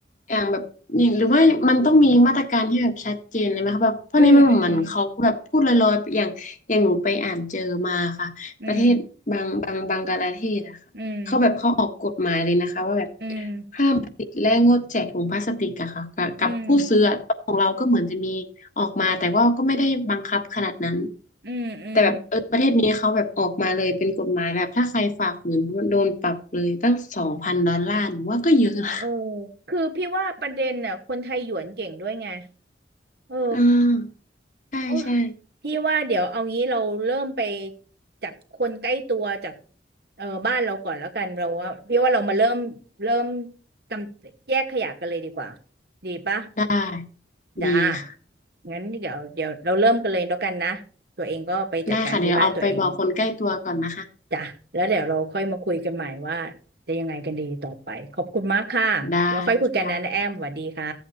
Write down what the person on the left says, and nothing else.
อย่างแบบนี่หรือว่ามันต้องมีมาตรการที่แบบชัดเจนเลยไหมคะแบบเพราะนี้มันเหมือนเขาก็แบบพูดลอยๆอย่างอย่างหนูไปอ่านเจอมาค่ะประเทศบางบางบางกลาเทศอะค่ะเขาแบบเขาออกกฎหมายเลยนะคะว่าแบบ
ห้ามผลิตและงดแจกถุงพลาสติกอะค่ะกับกับผู้ซื้ออะของเราก็เหมือนจะมีออกมาแต่ว่าก็ไม่ได้บังคับขนาดนั้น
แต่แบบเออประเทศนี้เขาแบบออกมาเลยเป็นกฎหมายแบบถ้าใครฝ่าฝืนโดนปรับเลยตั้งสองพันดอลลาร์หนูว่าก็เยอะนะ
อ่าใช่ใช่
ได้ดีค่ะ
ได้ค่ะเดี๋ยวเอาไปบอกคนใกล้ตัวก่อนนะคะ
ได้ค่ะ